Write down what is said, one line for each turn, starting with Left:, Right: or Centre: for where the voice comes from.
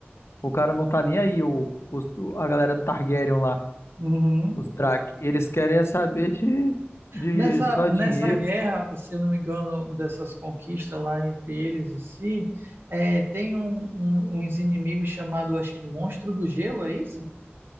Left: o cara não tá nem aí, o, os- a galera Targaryen lá,
Right: uhum.
Left: os Drak. Eles querem é saber de, de
Right: Nessa,
Left: só
Right: nessa
Left: dinheiro.
Right: guerra, e se eu não me engano, dessas conquistas lá entre eles e si, é, tem um, um- uns inimigos chamados, acho que Monstro do Gelo, é isso?